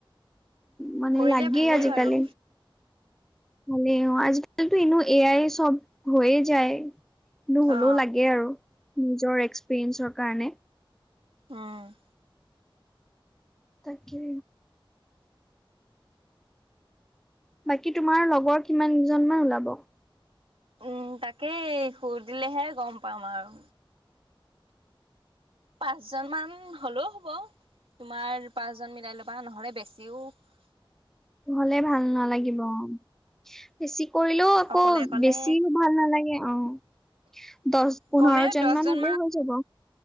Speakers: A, in the centre; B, on the right.
A: মানে
B: কৰিলে
A: লাগেই
B: ভালেই
A: আজিকালি।
B: বাৰু
A: ভালে অঁ, আজি কালিটো এনেও এ আই চব হৈয়ে যায়। মোৰ হ'লেও
B: অ
A: লাগে আৰু। নিজৰ এক্সপিৰিয়েঞ্চৰ কাৰণে।
B: অ'
A: তাকে। বাকী তোমাৰ লগৰ কিমানজনমান ওলাব।
B: উম তাকেই সুধিলেহে গম পাম আৰু। পাঁচ জনমান হ'লেও হ'ব। তোমাৰ পাঁচজন মিলাই ল'বা, নহলে বে <unintelligible>
A: হ'লে ভাল নালাগিব অঁ। বেচি কৰিলেও আকৌ
B: অকলে অকলে
A: বেছিও ভাল নালাগে অ', দশ পোন্ধৰ
B: কমেও
A: জন
B: দহজন
A: মান হ'লেও হৈ যাব,